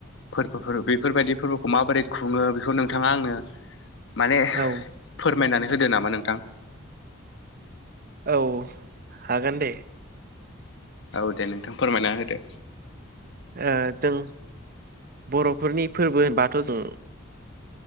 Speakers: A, on the left; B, on the right.
A: फोरबोफोर बेफोरबायदि फोरबोखौ माबोरै खुङो बेखौ नों थाङा आंनो माने फोर
B: औ
A: फोरमायनानै होदो नामा नोंथां
B: औ हागोन दे
A: औ दे नोंथां फोरमायना होदो
B: ओ जों बर'फोरनि फोरबो होनबाथ' जों